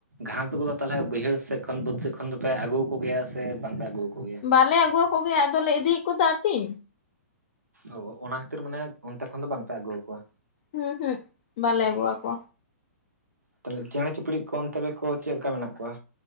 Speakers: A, on the right; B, on the left.
A: ᱜᱷᱟᱸᱥ <unintelligible> ᱛᱟᱦᱞᱮ ᱵᱟᱹᱭᱦᱟᱹᱲ ᱥᱮᱫ ᱠᱷᱚᱱ ᱵᱟᱹᱫᱽ ᱥᱮᱫ ᱠᱷᱚᱱ ᱫᱚᱯᱮ ᱟᱹᱜᱩ ᱠᱚ ᱜᱮᱭᱟ ᱥᱮ ᱵᱟᱝ ᱯᱮ ᱟᱹᱜᱩᱣ ᱟᱠᱚ ᱜᱮᱭᱟ
B: ᱵᱟᱞᱮ ᱟᱹᱜᱩᱣᱟᱠᱚᱜᱮ ᱟᱫᱚᱞᱮ ᱤᱫᱤ ᱮᱫ ᱠᱚ ᱟᱨᱠᱤ
A: ᱚ ᱚᱱᱟ ᱠᱷᱟᱹᱛᱤᱨ ᱢᱟᱱᱮ ᱚᱱᱛᱮ ᱠᱷᱚᱱ ᱫᱚ ᱵᱟᱝ ᱯᱮ ᱟᱹᱜᱩᱣᱟᱠᱚᱣᱟ
B: ᱩᱸᱦᱩᱸᱜ ᱵᱟᱞᱮ ᱟᱹᱜᱩ ᱟᱠᱚᱣᱟ
A: ᱛᱟᱦᱞᱮ ᱪᱮᱬᱮ ᱪᱤᱯᱲᱤᱫ ᱠᱚ ᱚᱱᱛᱮ ᱨᱮᱠᱚ ᱪᱮᱫ ᱞᱮᱠᱟ ᱢᱮᱱᱟᱜ ᱠᱚᱣᱟ